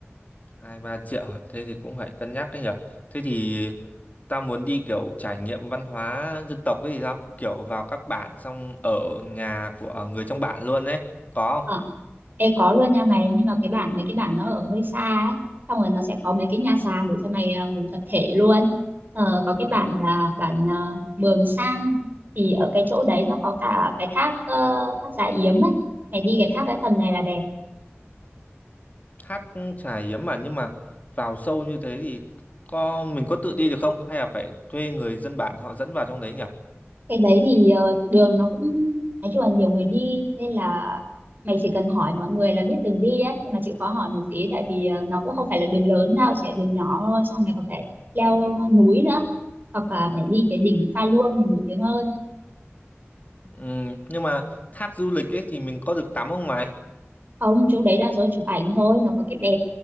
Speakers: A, on the left (about 35°); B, on the right (about 45°).
A: hai ba triệu à? thế thì cũng phải cân nhắc đấy nhở thế thì ta muốn đi kiểu trải nghiệm văn hóa dân tộc ấy thì sao kiểu vào các bản xong ở nhà của người trong bản luôn đấy có
B: Ờ,
A: không
B: ê có luôn nha mày, nhưng mà cái bản mấy cái bản nó ở hơi xa ấy, xong rồi nó sẽ có mấy cái nhà sàn để cho mày ờ, ngủ tập thể luôn. Ờ, có cái
A: Ừ,
B: bản là bản ờ, Mường Sang thì ở cái chỗ đấy nó có cả cái thác ờ, thác Già Yếm ấy. Mày đi cái thác cái tầm này là đẹp
A: thác Chài Yếm mà nhưng mà vào sâu như thế thì có mình có tự đi được không hay là phải thuê người dân bản họ dẫn vào trong đấy nhở?
B: cái đấy thì ờ, đường nó cũng nói chung là nhiều người đi nên là mày chỉ cần hỏi mọi người là biết đường đi ấy nhưng mà chịu khó hỏi một tí tại vì ờ, nó cũng không phải là đường lớn đâu chỉ là đường nhỏ thôi xong mày còn phải leo núi nữa hoặc là mày đi cái đỉnh Pha Luông thì nổi tiếng hơn
A: ừ, nhưng mà thác du lịch ấy thì mình có được tắm không mày
B: không chỗ đấy đa số chụp ảnh thôi nó có cái bè